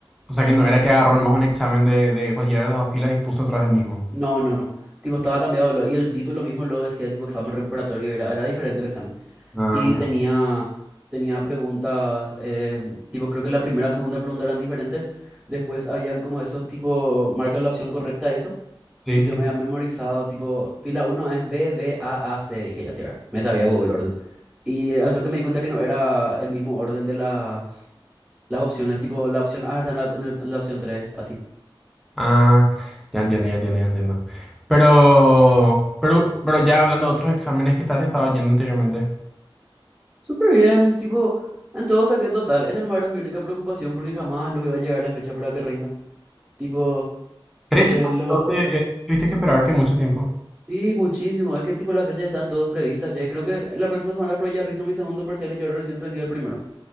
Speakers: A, in the centre; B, on the right.
A: O sea que no era que agarró nomás un examen de, de cualquiera de las dos filas y puso otra vez el mismo.
B: No, no, no. Tipo, estaba cambiado lo- y el título mismo lo decía, tipo examen recuperatorio, era, era diferente el examen.
A: Ah,
B: y
A: ya.
B: tenía, tenía preguntas, eh, tipo, creo que la primera y segunda pregunta eran diferentes, después habían como esos tipo, marca la opción correcta eso,
A: Sí,
B: y
A: sí,
B: yo
A: sí.
B: me había memorizado, tipo, fila uno es B, D, A, A, C, dije ya, sí, ahora, me sabía Google el orden. Y eh, al toque me di cuenta que no era el mismo orden de las, las opciones, tipo, la opción A está en la, en el- en la opción 3 así.
A: Ah, ya entiendo, ya entiendo, ya entiendo. Pero, pero, pero ya hablando de otros exámenes, ¿qué tal te estaba yendo anteriormente?
B: Súper bien, tipo... En todo saqué total. Esa no era mi única preocupación porque jamás lo iba a llegar la fecha para que rinda. Tipo,
A: Tres
B: eh,
A: semanas,
B: los
A: ¿no?
B: otros exámenes.
A: tuviste que esperar que mucho tiempo.
B: Sí, muchísimo. Es que tipo las veces están todas previstas ya. Y creo que la próxima semana por ahí ya rindo mi segundo parcial y yo ahora recién rendí el primero.